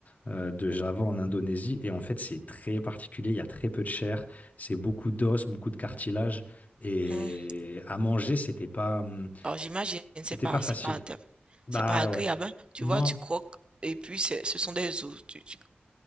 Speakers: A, on the left (about 45°); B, on the right (about 25°).
A: euh, de Java en Indonésie. Et en fait, c'est très particulier, il y a très peu de chair, c'est beaucoup d'os, beaucoup de cartilage. Et
B: Hmm.
A: à manger, c'était pas, hum,
B: Alors j'imagine,
A: c'était
B: c'est pas,
A: pas facile.
B: c'est pas,
A: Bah
B: c'est pas agréable.
A: ouais.
B: hein. Tu
A: Non,
B: vois, tu croques et puis c'est- ce sont des os. Tu, tu-